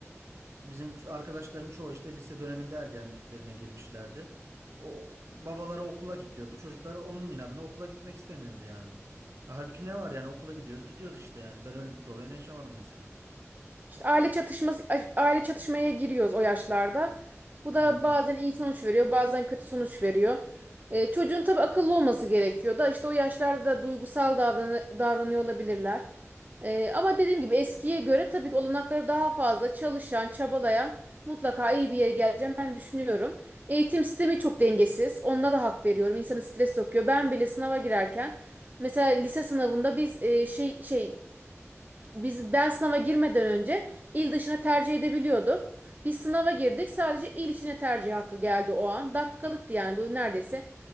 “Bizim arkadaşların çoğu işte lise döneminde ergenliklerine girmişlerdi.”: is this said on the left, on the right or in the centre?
Right